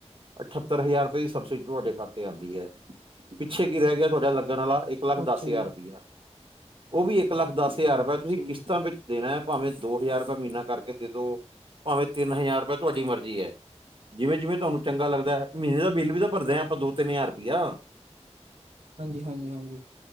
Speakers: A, on the right; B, on the right.
A: ਅਠੱਤਰ ਹਜ਼ਾਰ ਰੁਪਏ ਦੀ ਸਬਸਿਡੀ ਤੁਹਾਡੇ ਖਾਤੇ ਆਂਦੀ ਹੈ। ਪਿੱਛੇ ਕੀ ਰਹਿ ਗਿਆ ਤੁਹਾਡਾ ਲੱਗਣ ਆਲਾ ਇੱਕ ਲੱਖ
B: ਅੱਛਾ
A: ਦਸ ਹਜ਼ਾਰ
B: ਜੀ
A: ਰੁਪਇਆ। ਉਹ ਵੀ ਇੱਕ ਲੱਖ ਦਸ ਹਜ਼ਾਰ ਰੁਪਇਆ
B: ਅੱਛਾ
A: ਤੁਸੀਂ
B: ਜੀ
A: ਕਿਸ਼ਤਾਂ ਵਿੱਚ ਦੇਣਾ ਹੈ ਭਾਵੇਂ ਦੋ ਹਜ਼ਾਰ ਰੁਪਇਆ ਮਹੀਨਾ ਕਰਕੇ ਦੇ ਦੋ ਭਾਵੇਂ ਤਿੰਨ ਹਜ਼ਾਰ ਰੁਪਇਆ ਤੁਹਾਡੀ ਮਰਜ਼ੀ ਐ। ਜਿਵੇਂ-ਜਿਵੇਂ ਤੁਹਾਨੂੰ ਚੰਗਾ ਲੱਗਦਾ ਮਹੀਨੇ ਦਾ ਬਿੱਲ ਵੀ ਤਾਂ ਭਰਦੇ ਹਾਂ ਦੋ ਤਿੰਨ ਹਜ਼ਾਰ ਰੁਪਇਆ।
B: ਹਾਂਜੀ- ਹਾਂਜੀ- ਹਾਂਜੀ।